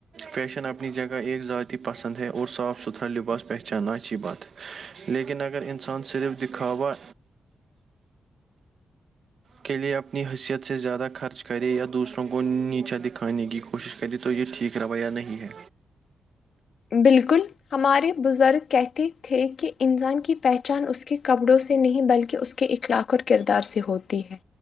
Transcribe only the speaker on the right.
فیشن اپنی جگہ ایک ذاتی پسند ہے اور صاف ستھرا لباس پہچاننا اچھی بات ہے لیکن اگر انسان صرف دکھاوا کے لیے اپنی حیثیت سے زیادہ خرچ کرے یا دوسروں کو نیچا دکھانے کی کوشش کرے تو یہ ٹھیک رویہ نہیں ہے